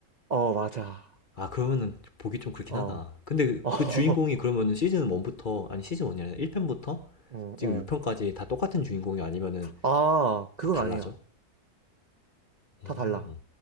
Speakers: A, on the right; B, on the left.
A: 어, 맞아.
B: 아 그러면은 보기 좀 그렇긴
A: 어,
B: 하다. 근데
A: <laughs>
B: 그 주인공이 그러면은 시즌 1부터 아니 시즌 1이 아니라 1편부터
A: 어, 어,
B: 지금 6편까지
A: 어.
B: 다 똑같은 주인공이 아니면은
A: 아, 그건
B: 다 달라져?
A: 아니야.
B: 어
A: 다 달라.